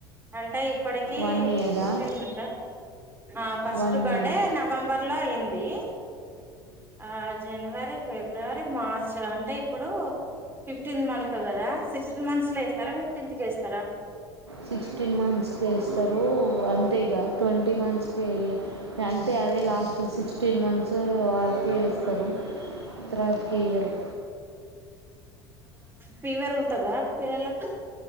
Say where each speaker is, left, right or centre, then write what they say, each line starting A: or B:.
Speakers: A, on the right (about 15°); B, on the right (about 80°).
A: అంటే ఇప్పటికి
B: వన్ ఇయరా
A: ఫిఫ్టీన్ మంత ఆ first
B: one
A: birthday
B: year
A: November లో అయింది ఆ జనవరి, ఫిబ్రవరి, మార్చ్ అంటే ఇప్పుడు ఫిఫ్టీన్ మంత్ కదా సిక్స్టీన్ మంత్స్ లో వేస్తారా ఫిఫ్టీన్త్ కి వేస్తారా
B: సిక్స్టీన్ మంత్స్కి వేస్తారు అంతే ఇగ ట్వంటీ మంత్స్కి అంతే అదే లాస్ట్ సిక్స్టీన్ మంత్స్ వార్కి వేస్తారు తర్వాతకి వేయరు
A: ఫీవర్ ఉంటదా పిల్లలకు